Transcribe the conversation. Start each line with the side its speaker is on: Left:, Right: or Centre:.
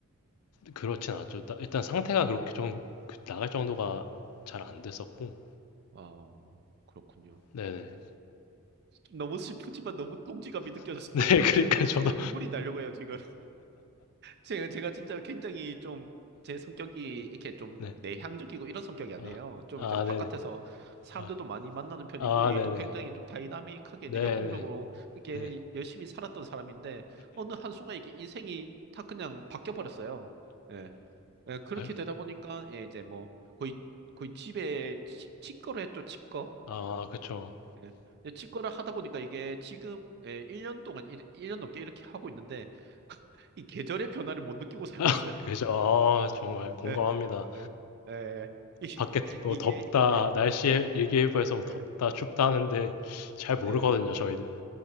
Left: 그렇진 않죠. 따- 일단 상태가 그렇게 좀그 나갈 정도가 잘 안 됐었고.
Right: 어, 그렇군요.
Left: 네네.
Right: 좀 너무 슬프지만 너무 동지감이 느껴져서
Left: <laughs> 네,
Right: <laughs>
Left: 그러니까
Right: 좀
Left: 저도
Right: 진짜 눈물이 나려고 해요, 지금. 제가, 제가 진짜 굉장히 좀 제 성격이 이렇게 좀
Left: 네.
Right: 내향적이고 이런 성격이 아니에요.
Left: 아,
Right: 좀
Left: 아,
Right: 이제 바깥에서
Left: 네네.
Right: 사람들도
Left: 아,
Right: 많이 만나는 편이고
Left: 아,
Right: 일도
Left: 네네.
Right: 굉장히 좀 다이나믹하게
Left: 네네.
Right: 이제 역동적으로 이렇게
Left: 네.
Right: 열심히 살았던 사람인데 어느 한순간 이게 인생이 다 그냥 바뀌어 버렸어요. 예. 예, 그렇게
Left: 아,
Right: 되다 보니까 예, 이제 뭐 거의 거의 집에 치, 치과를 했죠, 치과.
Left: 아, 그쵸.
Right: 예. 근데 치과를 하다 보니까 이게 지금 예, 1년 동안 일 1년 넘게 이렇게 하고 있는데 <laughs> 이 계절의 변화를 못 느끼고 살고
Left: 아,
Right: 있어요.
Left: 그죠. 아, 정말 공감합니다.
Right: 에, 에, 에, <laughs>
Left: 밖에 뭐
Right: 이게,
Left: 덥다,
Right: 이게, 예,
Left: 날씨 얘기해보에서
Right: 예,
Left: 뭐 덥다,
Right: 예,
Left: 춥다 하는데 잘 모르거든요,
Right: 네,
Left: 저희들.